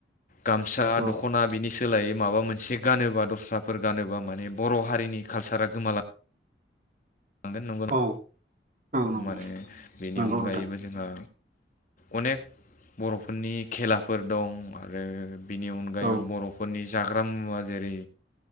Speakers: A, on the left; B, on the right.
A: गामसा
B: औ
A: दख'ना बिनि सोलायै माबा मोनसे गानोबा दस्राफोर गानोबा माने बर' हारिनि कालसारा गोमा लांगोन नंगौ
B: औ नंगौ
A: माने बेनि
B: नंगौ
A: अनगायैबो
B: नोंथां
A: जोंहा अनेक बर'फोरनि खेलाफोर दं आरो बिनि अनगायैबो
B: औ
A: बर'फोरनि जाग्रा मुवा जेरै